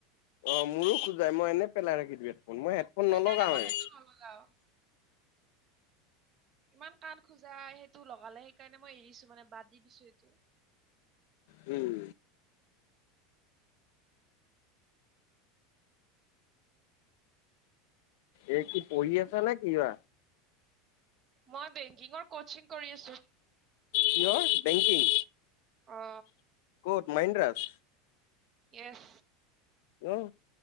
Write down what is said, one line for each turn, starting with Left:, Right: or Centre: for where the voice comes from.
Left: অ মোৰো খোজাই মই এনেই পেলাই নখি দিো হেডফোন মই হেডফোন
Right: সেইকাৰণে
Left: নলগাওৱে।
Right: মই সেইটো নলগাও ইমান কাণ খোজা সেইটো লগালে সেইকাৰণে মই এৰিছো মানে বাদ দি দিছো এইটো।
Left: উম। এই কি পঢ়ি আছা নে কিবা
Right: মই বেংকিংৰ কচিং। কৰি আছো।
Left: কি হয় বেংকিং।
Right: অ।
Left: কত মহেন্দ্ৰাত।
Right: ইয়েচ।
Left: অঁ।